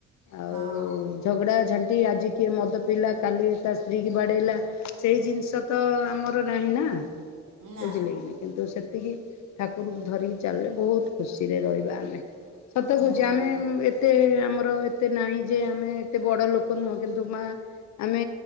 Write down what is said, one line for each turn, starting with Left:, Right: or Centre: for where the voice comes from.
Left: ଆଉ
Right: ହଁ
Left: ଝଗଡ଼ା ଝାଣ୍ଟି ଆଜି କିଏ ମଦ ପିଇଲା କାଲି ତା ସ୍ତ୍ରୀ କି ବାଡ଼େଇଲା। ସେଇ ଜିନିଷ ତ ଆମର ନାହିଁ ନା
Right: ନା
Left: ବୁଝିଲେ କି ନା କିନ୍ତୁ ସେତିକି ଠାକୁରଙ୍କୁ ଧରିକି ଚାଲେ ବହୁତ ଖୁସିରେ ରହିବା ଆମେ। ସତ କହୁଛି
Right: ହଁ
Left: ଆମେ ଏ ଏତେ ଆମର ଏତେ ନାହିଁ ଯେ ଆମେ ଏତେ ବଡ଼ ଲୋକ ନୁହଁ କିନ୍ତୁ ମା ଆମେ